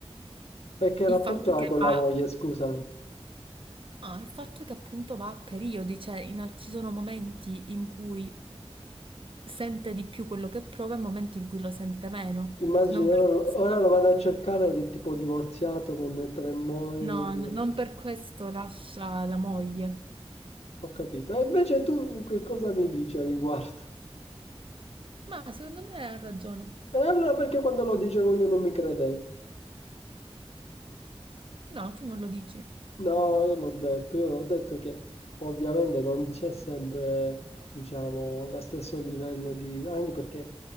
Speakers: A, on the left; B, on the right.
A: E che rapporto
B: Il fatto
A: ha
B: che
A: con
B: va,
A: la moglie, scusami?
B: ah, il fatto è che appunto va a periodi, cioè in al- ci sono momenti in cui sente di più quello che prova e momenti in cui lo sente meno.
A: Ti immagini,
B: Non
A: ora,
B: per
A: lo
B: questo.
A: ora lo vado a cercare ed è tipo divorziato con tre mogli.
B: No, n- non per questo lascia la moglie.
A: Ho capito. E invece tu che cosa mi dici al riguardo?
B: Ma secondo me ha ragione.
A: E allora perché quando lo dicevo io non mi credevi?
B: No, tu non lo dici.
A: No, io l'ho detto, io ho detto che ovviamente non c'è sempre, diciamo, lo stesso livello di... anche perché